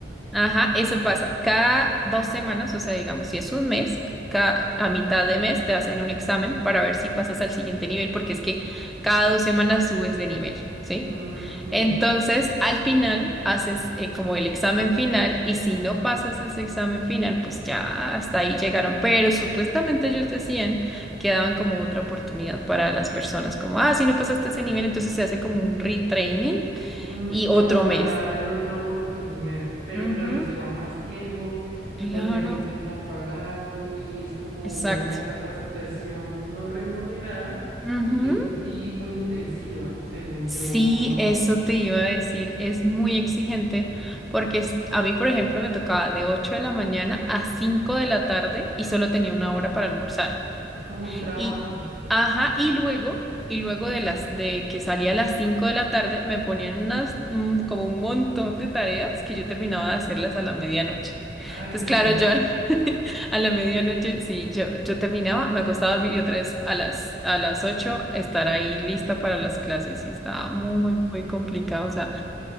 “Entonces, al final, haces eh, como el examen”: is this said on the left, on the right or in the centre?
Centre